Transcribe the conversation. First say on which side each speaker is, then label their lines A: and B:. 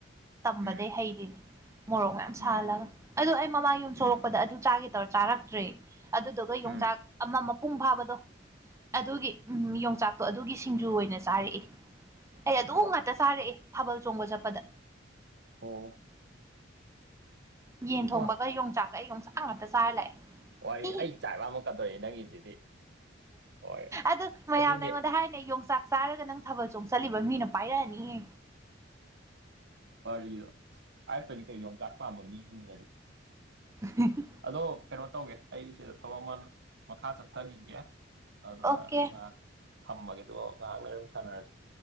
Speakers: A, on the right; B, on the right.
A: ꯇꯝꯕꯗꯩ
B: ꯎꯝ
A: ꯍꯩꯔꯤꯅꯦ ꯃꯣꯔꯣꯛ ꯃꯌꯥꯝ
B: ꯎꯝ
A: ꯁꯥꯍꯜꯂꯒ ꯑꯗꯨꯗ ꯑꯩ ꯃꯃꯥꯡ ꯌꯨꯝ
B: ꯎꯝ
A: ꯁꯣꯛꯂꯛꯄꯗ ꯑꯗꯨ ꯆꯥꯒꯦ ꯇꯧꯔ ꯆꯥꯔꯛꯇ꯭ꯔꯦ ꯑꯗꯨꯗꯨꯒ ꯌꯣꯡꯆꯥꯛ
B: ꯎꯝ
A: ꯑꯃ ꯃꯄꯨꯡ ꯐꯥꯕꯗꯣ ꯑꯗꯨꯒꯤ ꯎꯝ ꯌꯣꯡꯆꯥꯛꯇꯣ ꯑꯗꯨꯒꯤ ꯁꯤꯡꯖꯨ ꯑꯣꯏꯅ ꯆꯥꯔꯛꯑꯦ ꯑꯩ ꯑꯗꯨ
B: ꯑꯥ
A: ꯉꯇ ꯆꯥꯔꯛꯑꯦ ꯊꯥꯕꯜ ꯆꯣꯡꯕ ꯆꯠꯄꯗ
B: ꯑꯣ
A: ꯌꯦꯟ ꯊꯣꯡꯕꯒ
B: ꯑ
A: ꯌꯣꯡꯆꯥꯛꯀ ꯌꯣꯡꯆꯥꯛ ꯉꯥꯛꯇ ꯆꯥꯔ ꯂꯥꯛꯑꯦ
B: ꯋꯥꯔꯤ
A: ꯍꯤ
B: ꯑꯩ ꯆꯥꯛ ꯂꯥꯛ ꯑꯃꯨꯛ ꯀꯥꯗꯣꯛꯏ ꯅꯪꯒꯤꯁꯤꯗꯤ ꯍꯣꯏ
A: ꯑꯗꯨ ꯃꯌꯥꯝꯅ
B: ꯑꯗꯨꯅꯦ
A: ꯑꯩꯉꯣꯟꯗ ꯍꯥꯏꯅꯩ ꯌꯣꯡꯆꯥꯛ ꯆꯥꯔꯒ ꯅꯪ ꯊꯥꯕꯜ ꯆꯣꯡ ꯆꯠꯂꯤꯕ ꯃꯤꯅ ꯄꯥꯏꯔꯛꯑꯅꯤꯍꯦ
B: ꯋꯥꯔꯤꯗꯣ ꯍꯥꯏꯔꯛꯇ꯭ꯔꯗꯤ ꯀꯩ ꯌꯣꯡꯆꯥꯛ ꯄꯥꯝꯕ ꯃꯤꯁꯤꯡꯅꯗꯤ
A: ꯎ
B: ꯑꯗꯣ ꯀꯩꯅꯣ ꯇꯧꯒꯦ ꯑꯩ ꯁꯤꯗ ꯊꯕꯛ ꯑꯃ ꯃꯈꯥ ꯆꯠꯊꯈꯤꯒꯦ ꯑꯗꯨꯅ
A: ꯑꯣꯀꯦ
B: ꯉꯥꯏꯍꯥꯛ ꯊꯝꯕꯒꯦ ꯑꯗꯨꯒ ꯉꯥꯏꯍꯥꯛ ꯂꯩꯔꯣ ꯁꯥꯟꯅꯔꯁꯤ